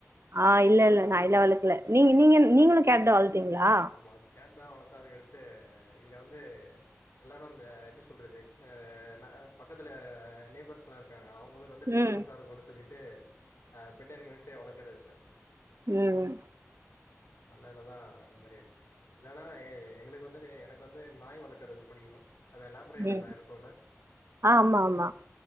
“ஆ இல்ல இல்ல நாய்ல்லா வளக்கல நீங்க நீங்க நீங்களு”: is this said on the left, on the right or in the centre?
Right